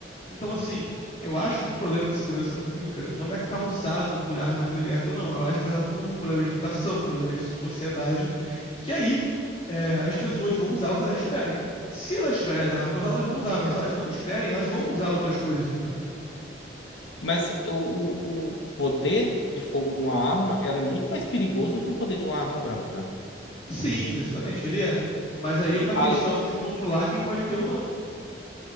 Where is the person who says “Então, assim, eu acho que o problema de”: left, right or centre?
Left